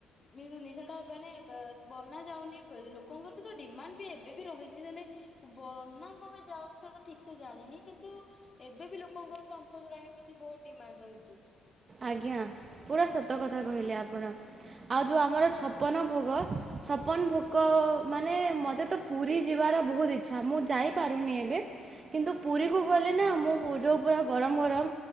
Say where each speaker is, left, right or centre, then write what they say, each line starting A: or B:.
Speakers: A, on the left (about 30°); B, on the right (about 40°).
A: ମିଳୁନି ସେ ଟ ବନେ-ବ-ବନା ଯାଉନି ବ-ଲୋକଙ୍କର ତ ଡିମାଣ୍ଡ ବି ଏବେ ବି ରହିଚି, ତାଲେ ବନା କଣ ପାଇଁ ଯାଉନି ସେଟା ଠିକ ସେ ଜାଣିନି କିନ୍ତୁ ଏବେ ବି ଲୋକଙ୍କର ଟଙ୍କ ଦୋରାଣି ପ୍ରତି ବହୁତ ଡିମାଣ୍ଡ ରହିଚି।
B: ଆଜ୍ଞା ପୁରା ସତ କଥା କହିଲେ ଆପଣ, ଆଉ ଯୋଉ ଆମର ଛପନ ଭୋଗ ଛପନ ଭୁଗ ମାନେ ମୋତେ ତ ପୁରୀ ଯିବାର ବହୁତ ଇଚ୍ଛା ମୁଁ ଯାଇପାରୁନି ଏବେ, କିନ୍ତୁ ପୁରୀକୁ ଗଲେ ନା ମୁଁ ଯୋଉ ପୁରା ଗରମ ଗରମ